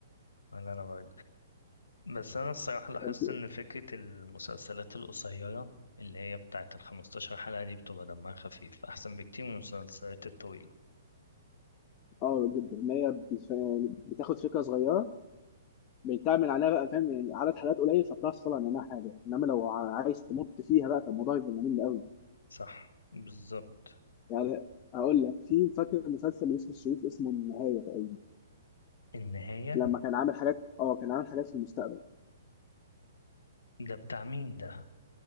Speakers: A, on the left (about 80°); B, on the left (about 35°).
A: ولا أنا بس أنا الصراحة لاحظت
B: كان في
A: إن فكرة المسلسلات القصيرة اللي هي بتاعة الخمستاشر حلقة دي بتبقى دمها خفيف أحسن بكتير من المسلسلات الطويلة
B: اه جدا ان هي بت- بتاخد فكرة صغيرة بيتعمل عليها بقى فاهم يعني عدد حلقات قليل فبتعرف تطلع منها حاجة انما لو ع- عايز تمط فيها بقى فالموضوع يبقى ممل قوي
A: صح بالظبط
B: يعني هقول لك في فاكر مسلسل يوسف الشريف اسمه النهاية تقريبا
A: النهاية
B: لما كان عامل حاجات اه كان عامل حاجات في المستقبل
A: ده بتاع مين ده